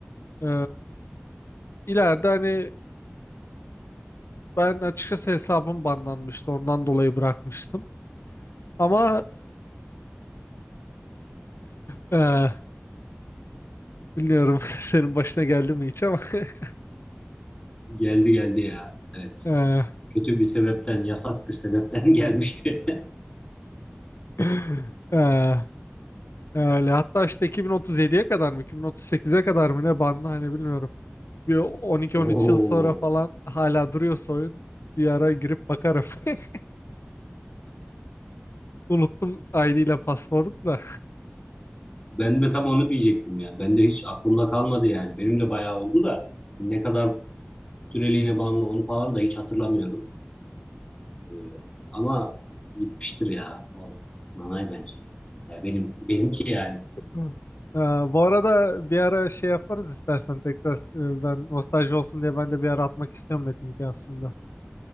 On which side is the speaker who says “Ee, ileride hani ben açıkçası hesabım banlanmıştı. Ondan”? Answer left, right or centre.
Left